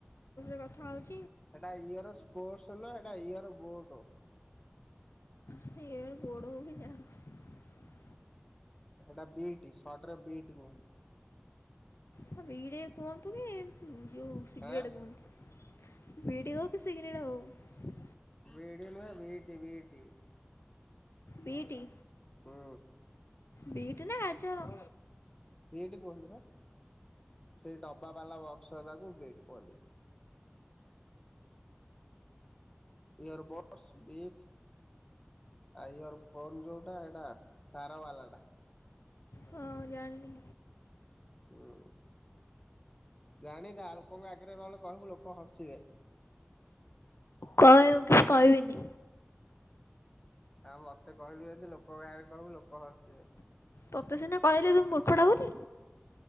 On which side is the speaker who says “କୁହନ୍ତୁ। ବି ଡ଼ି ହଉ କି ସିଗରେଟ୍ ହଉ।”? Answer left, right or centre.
Left